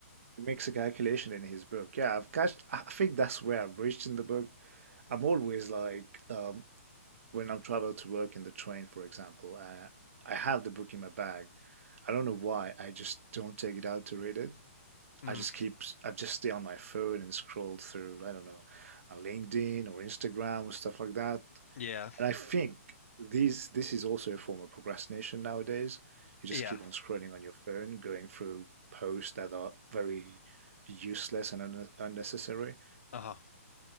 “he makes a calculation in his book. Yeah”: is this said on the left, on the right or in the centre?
Right